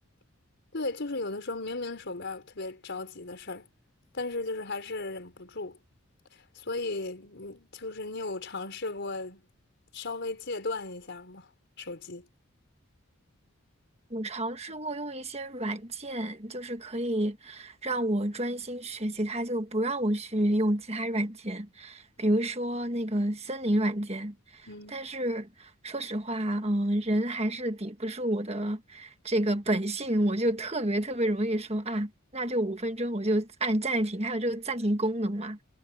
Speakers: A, on the left; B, on the right.
A: <laughs> 对，就是有的时候明明手边儿有特别着急的事儿，但是就是还是忍不住。所以，嗯，就是你有尝试过稍微戒断一下吗？手机？
B: 我尝试过用一些软件，就是可以让我专心学习，它就不让我去用其他软件，比如说那个森林软件。
A: 嗯，
B: 但是说实话，嗯，人还是抵不住我的这个本性，我就特别特别容易说啊，那就五分钟，我就按暂停，还有这个暂停功能嘛，